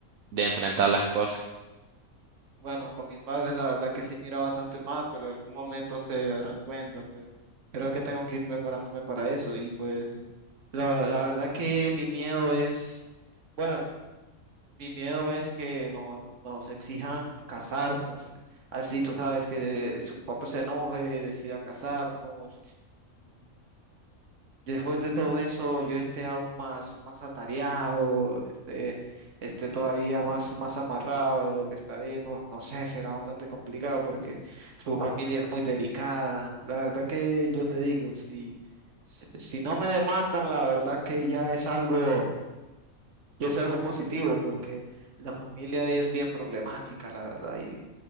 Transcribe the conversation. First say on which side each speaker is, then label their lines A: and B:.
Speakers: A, on the right; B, on the right.
A: de enfrentar las cosas.
B: Bueno, con mis padres la verdad que sí mira bastante mal, pero en algún momento se darán cuenta, pues creo que tengo que ir preparándome para eso y pues la, la verdad que mi miedo es, bueno, mi miedo es que no- nos exijan casarnos, así tú sabes que su papá se enoje, decida casarnos Después de todo eso, yo esté aún más, más atareado, esté, esté todavía más, más amarrado de lo que estaré, no, no sé, será bastante complicado porque su familia es muy delicada. La verdad que yo te digo, si, si si no me demandan, la verdad que ya es algo, ya es algo positivo porque la familia de ella es bien problemática, la verdad, y